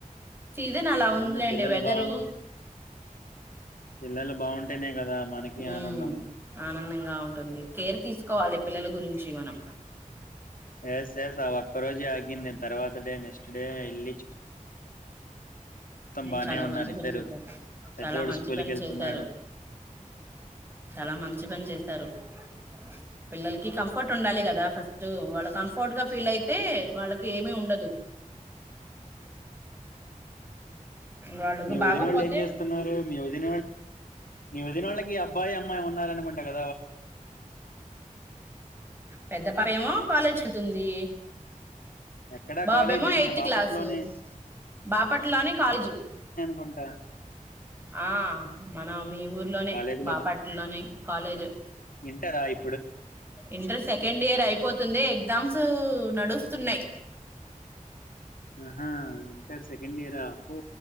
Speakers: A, on the right (about 15°); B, on the left (about 85°).
A: సీజన్ అలా
B: అవును
A: ఉందిలేండి
B: పిల్లలు
A: వెదరు
B: బాగుంటే పిల్లలు బాగుంటేనే కదా. మనకి
A: ఆ
B: ఆనందం.
A: ఆనందంగా ఉంటుంది కేర్ తీసుకోవాలి పళ్ళ పిల్లల గురించి మనం
B: ఎస్ ఎస్ అ అక్క రోజి ఆగింద నేన్ తర్వాత డే నెక్స్ట్ డే ఇల్ బానే
A: చాలా
B: ఉన్నారు
A: మంచి పని
B: ఇద్దరు
A: చేశారు
B: పెద్దోడు
A: చాలా మంచి
B: స్కూల్కి
A: పని
B: వెళ్తున్నాడు
A: చేశారు చాలా మంచి పని చేశారు అ <inaudible> పిల్లలకి కంఫర్ట్ ఉండాలి కదా ఫస్ట్ వాళ్ళు కంఫర్ట్ గా ఫీల్ అయితే వాళ్ళకి ఏమిీ ఉండదు వాళ్ళకు
B: మీ వదిన
A: బాగపోతే
B: వాళ్ళు ఏం చేస్తున్నారు ని ళ్ళ దిన వాళ్ళకి అబ్బయి అమ్మాయి ఉారనుంట కా
A: పెద్దపా ఏమో కాలేజ్ వెళ్తుంది
B: ఎక్కడా
A: బాబాేమో
B: కాలేజీ
A: ఎయిత్
B: మన బాపట్లోనే
A: క్లాసు బాపట్లోనే కాలేజు
B: కొంట
A: ఆ మన మీ ఊర్లోనే
B: కాలేజీ
A: బాపట్లోనే కాలేజ్
B: ఇంట రాయి
A: ఇంటర్ సెకండ్ ఇయర్ అయిపోతుంది ఎగ్జామ్స్ నడుస్తున్నాయి్
B: అహా ఇంటర్ సెకండ్ ఇయర పో